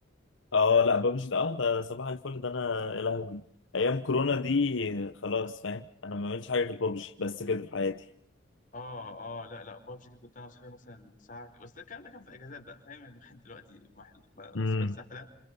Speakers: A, on the left; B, on the left.
A: اه
B: اه
A: لا ببجي ده اه ده صباح الفل ده انا يا لهوي ايام كورونا دي خلاص فاهم انا ما بعملش حاجة غير ببجي بس كده في حياتي
B: اه آه، لا لا بابجي دي كنت انا واصحابي مثلا ساعه بس ده الكلام ده كان في اجازات بقى فاهم يعني الواحد دلوقتي مح-
A: امم
B: مسحول سحله